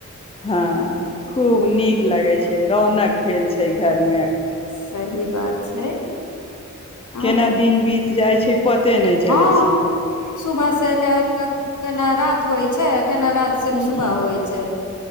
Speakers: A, on the left (about 20°); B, on the left (about 75°).
A: हँ खूब नीक लगै
B: हँ
A: छै रौनक भेल छै घर मे
B: सही बात छै आओर
A: केना दिन बीत जाइ छै पते नहि चलै
B: हँ
A: छै
B: सुबह से क-केना रात होइ छै केना रात से
A: हूँ
B: सुबह होइ छै